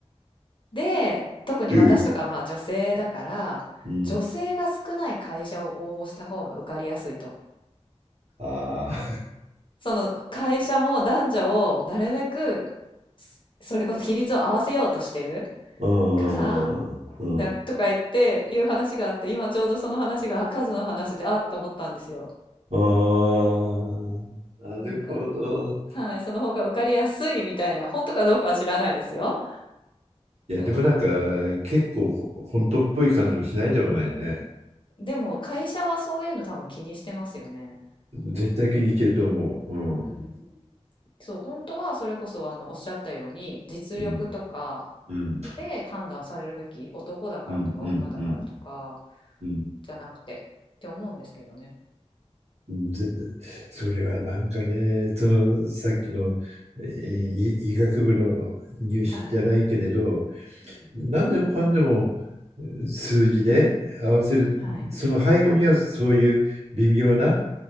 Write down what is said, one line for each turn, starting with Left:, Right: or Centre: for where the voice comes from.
Left: で、特に私とかまあ女性だから、
Right: うんうん。
Left: 女性が少ない会社を応募した方が受かりやすいと。
Right: ああ。
Left: その会社も男女をなるべくそれこそ比率を合わせようとしてる
Right: うん。
Left: から
Right: うん。
Left: なとか言っていう話があって今ちょうどその話があ数の話であっと思ったんですよ。
Right: ああ。なるほど。
Left: なんかはいその方が受かりやすいみたいな本当かどうかは知らないですよ。
Right: いや、
Left: でもなんか
Right: でもなんか、結構ほ本当っぽい感じもしないでもないね。
Left: でも会社はそういうの多分気にしてますよね。
Right: 絶対気にいけると思う。
Left: うんうんうん。
Right: うん。
Left: そう、本当はそれこそあのおっしゃったように実力とか
Right: うん。うん。
Left: で判断されるべき男だからとか女だからとか
Right: うん。うん。うん。うんう
Left: じゃなくてって思うんですけどね。
Right: ん全然それはなんかね、そのさっきの、えーい医学部の入試じゃないけれど、
Left: はい。うん、
Right: 何でもかんでも数字で合わせる、
Left: はい。
Right: その背後にはそういう微妙なあ